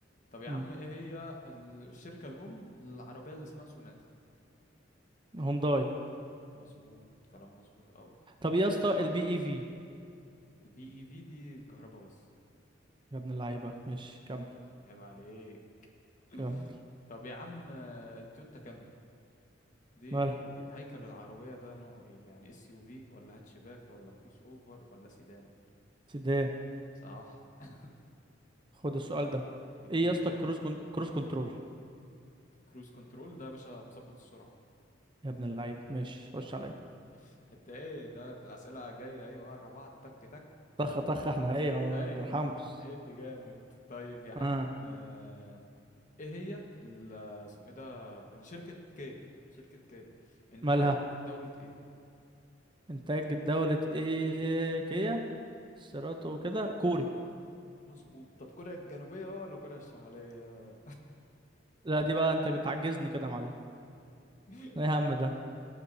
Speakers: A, on the left; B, on the right.
A: طب يا
B: امم
A: عم ايه هي ال- الشركة الأم العربية اللي اسمها سوناتا
B: هونداي
A: مظبوط كلام مظبوط قوي
B: طب يا اسطى البي اي في
A: البي اي في دي الكهرباء بس
B: يا ابن اللعيبه ماشي كمل
A: عيب عليك <laughs>
B: كمل
A: طب يا عم آه، التويوتا كامري دي
B: مالها
A: هيكل العربية ده نوعه ايه يعني اس يو في ولا هاتشباك ولا كروس اوفر ولا سيدان
B: سيدي
A: صح <laughs>
B: خد السؤال ده
A: اديني
B: ايه يا اسطى
A: سؤال.
B: الكروز كون... كروز كنترول
A: كروز كنترول ده يا باشا مثبت السرعة
B: يا ابن اللعيبة ماشي خش
A: <laughs>
B: عليا
A: انت ايه ده ده الأسئلة جاية ايه ورا بعض تك تك
B: طخ طخ احنا ايه ما
A: ايوه
B: نرحمش
A: ادي جامد طيب يا عم
B: اه
A: آه، ايه هي ال- اسمه ايه ده الشركة كيا شركة كيا انتاج
B: مالها
A: دولة ايه
B: انتاج دولة ايه كيا سيراتو كده كوري
A: مظبوط طب كوريا الجنوبية بقى ولا كوريا الشمالية
B: لا دي بقى انت بتعجزني كده يا معلم
A: <laughs>
B: ايه هم ده